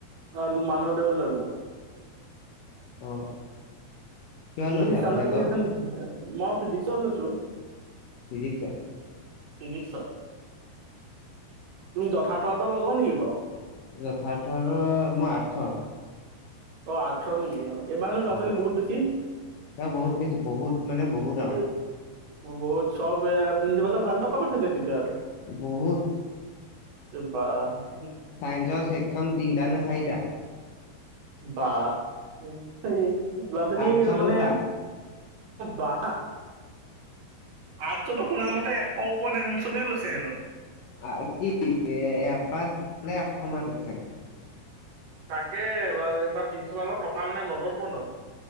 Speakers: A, on the right; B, on the left.
A: হয়, মাধৱদেৱত ললোঁ।
B: অ কিহত
A: তুমি
B: লৈছা
A: হিষ্টান্ত
B: মেজৰ?
A: পঢ়ি আছা নেকি মই ফিজিক্সত লৈছো।
B: ফিজিকচ।
A: ফিজিক তুমি যথা্থত লগা নেকি বাও।
B: যথাৰ্থৰ মই আঠশৰ।
A: অ আঠশ নিকি অ। এই বাৰ হেনোঁ ল'ৰা
B: অ',
A: ছোৱালী বহুত বেছি।
B: তাৰ বহুত বেছি বহুত মানে বহুত
A: এ
B: আৰু
A: বহুত সব প্ৰিঞ্চিপাল পালে ভাল টকা উঠাইছে তেতিয়া হ'লে।
B: বহুত।
A: <unintelligible>
B: চাইন্সৰ ছেকচন তিনিটা নে চাৰিটা?
A: বা। ল'ৰা ছোৱালীল
B: আৰ্টছৰ
A: মানে
B: দুটা।
A: বা আৰ্তচটো শুনা মতে এশ ওপৰত এডমিশচনে লৈছে হেনো।
B: <unintelligible>
A: তাকে এইবাৰ প্ৰিঞ্চিপালৰ টকা মানে নদন বদন।